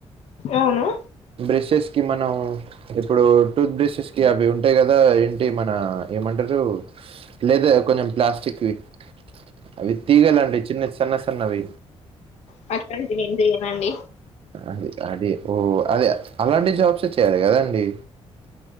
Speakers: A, on the left; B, on the right.
A: అవును
B: బ్రెషెస్ కి మనం ఇప్పుడు టూత్ బ్రషెస్ కి అవి ఉంటాయి కదా ఏంటి మన ఏమంటారు లేదర్ కొంచెం ప్లాస్టిక్వి అవి తీగలండి చిన్న చిన్న న్నవే
A: పటుకండి నేం చెయనండి
B: అదే అదే ఓ అదే అలాంటి జాబ్సే చేయాలి కదండి